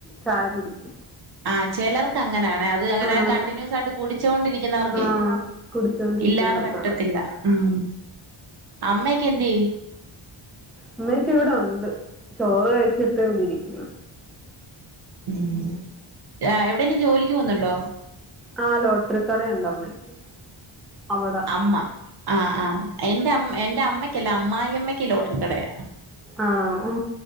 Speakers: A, in the centre; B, on the right.
A: ചായ കുടിച്ച്
B: ആ ചിലർക്ക് അങ്ങനാണെ അത് അങ്ങന
A: ആഹ്
B: കണ്ടിന്യൂസ് ആയിട്ട് കൂടിച്ചോണ്ടിരി കുന്ന വർക്കെ
A: ആഹ് കുടിച്ചോണ്ടിരിക്കുന്നോട്ത്താണ്
B: ഇല്ലാതെ പറ്റത്തില്ല ഉം അമ്മയൊക്കെ എന്ത്യേ
A: ഉമ്മയൊക്കെ ഇവിടെ ഉണ്ട് ചോറ് കഴിച്ചിട്ട് ഇവിടെ ഇരിക്കുന്നു
B: ഉം എവിടെയെങ്കിലും ജോലിക്ക് പോന്നുന്നുണ്ടോ?
A: ആഹ് ലോട്ടറി കടയുണ്ട് അമ്മയ്ക്ക് അവിടെ
B: അമ്മ ആഹ് ആഹ് എന്റെ അമ്മ എന്റെ അമ്മയ്ക്കല്ല അമ്മായിയമ്മയ്ക്ക് ലോട്ടറിക്കടയാ
A: ആണോ